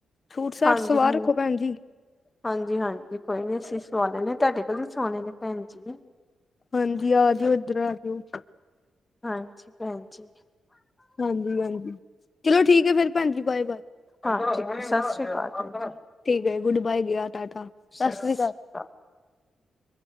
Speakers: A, on the left (about 45°); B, on the left (about 25°).
A: ਸੂਟ ਸਾਟ
B: ਹਾਂਜੀ
A: ਸਵਾਂ
B: ਹਾਂਜੀ
A: ਰੱਖੋ ਭੈਣ ਜੀ।
B: ਹਾਂਜੀ, ਹਾਂਜੀ ਕੋਈ ਨੀ ਅਸੀਂ ਸਵਾਂ ਲੈਨੇ ਆ, ਤੁਹਾਡੇ ਕੋਲ ਹੀ ਸਿਵਾਉਣੇ ਨੇ ਭੈਣ ਜੀ।
A: ਹਾਂਜੀ। ਆਜਿਓ ਇੱਧਰ, ਆਜਿਓ।
B: ਹਾਂਜੀ। ਭੈਣ ਜੀ।
A: ਹਾਂਜੀ, ਹਾਂਜੀ। ਚਲੋ ਠੀਕ ਹੈ ਫੇਰ ਭੈਣਜੀ, ਬਾਏ -ਬਾਏ,
B: ਹਾਂਜੀ, ਸਤਿ ਸ੍ਰੀ ਅਕਾਲ ਜੀ।
A: ਠੀਕ ਏ, ਗੁਡ ਬਾਏ, ਗਿਆ ਟਾਟਾ। ਸਤਿ
B: ਸਸ
A: ਸ੍ਰੀ ਅਕਾਲ।
B: ਸ਼੍ਰੀ ਕਾਲ।